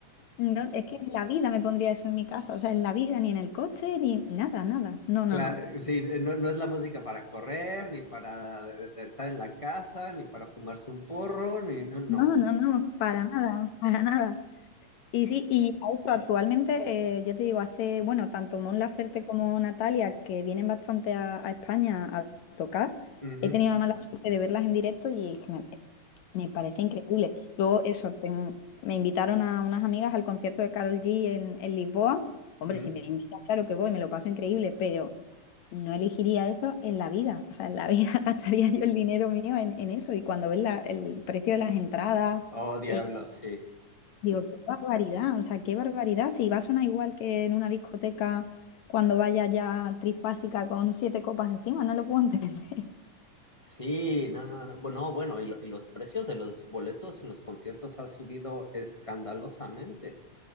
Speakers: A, on the left (about 65°); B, on the left (about 30°).
A: no, es que en la vida me pondría eso en mi casa. O sea, en la vida, ni en el coche, ni nada, nada. No,
B: Claro,
A: no, no.
B: sí, no, no es la música para correr, ni para de- de estar en la casa, ni para fumarse un porro, ni no. no.
A: No, no, no, para nada, para nada. Y sí, y a eso actualmente, eh, ya te digo, hace, bueno, tanto Mon Laferte como Natalia, que vienen bastante a, a España a tocar,
B: Ujú,
A: he tenido además la mala suerte de verlas en directo y es que me, me parece increíble. Luego, eso, ten- me invitaron a unas amigas al concierto de Carol G en, en Lisboa. Hombre,
B: ujú.
A: si me invitas, claro que voy, me lo paso increíble, pero no elegiría eso en la vida. O sea, en la vida <laughs> gastaría yo el dinero mío en, en eso. Y cuando ves la- el precio de las entradas
B: Oh, diablo,
A: eh,
B: sí.
A: Digo, qué barbaridad, o sea, qué barbaridad. Si va a sonar igual que en una discoteca cuando vaya ya trifásica con siete copas encima, no lo puedo entender. <laughs>
B: Sí, no, no, no. Bueno, no, bueno, y, lo- y los precios de los boletos en los conciertos ha subido escandalosamente.